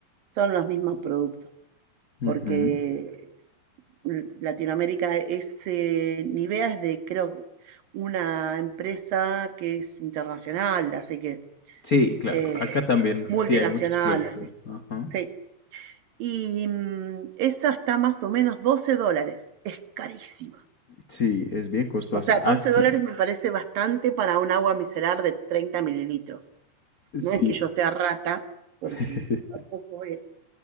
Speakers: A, on the right; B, on the left.
A: son los mismos productos,
B: ujú.
A: porque Latinoamérica ese Nivea es de, creo, una empresa que es internacional, así que
B: Sí, claro.
A: eh,
B: Acá también
A: multinacional,
B: sí hay muchos productos.
A: no sé.
B: Ajá.
A: Sí. Y mm, esa está más o menos 12 dólares. Es carísima.
B: Sí, es bien costosa.
A: O sea, doce
B: Aquí,
A: dólares me parece bastante para un agua micelar de 30 mililitros.
B: sí.
A: No es que yo sea rata, porque
B: <laughs>
A: tampoco es,